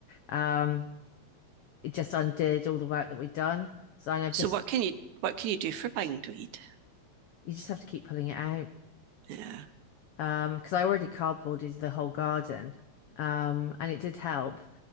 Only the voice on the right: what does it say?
So
what can you what can you do for bindweed?
Yeah,